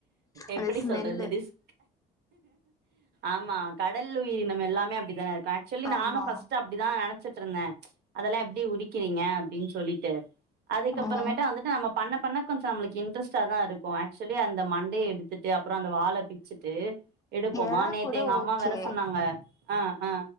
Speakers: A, on the left; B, on the right.
A: அந்த
B: எப்டி
A: ஸ்மெல்லு
B: சொல்றது ரிஸ்க் ஆமா கடல் உயிரினம் எல்லாமே அப்டித்தான இருக்கு சொல்லி
A: ஆமா
B: நானு ஃபர்ஸ்ட்டு அப்படிதா நெனச்சிட்ருந்தே அதெல்லா எப்டி உரிக்கிறீங்க அப்டின்னு சொல்லிட்டு அதுக்கப்புறமேட்ட
A: ம்
B: வந்துட்டு நம்ம பண்ண பண்ண கொஞ்ச நம்மளுக்கு இன் இன்ட்ரெஸ்ட்டா தா இருக்கு ஆக்சுவலி அந்த மண்டையை எடுத்துட்டு அப்பற அந்த வாழ பிச்சுட்டு எடுப்போமா
A: எறா
B: நேத்து
A: கூட
B: எங்கம்மா
A: ஓகே
B: வர சொன்னாங்க அ அ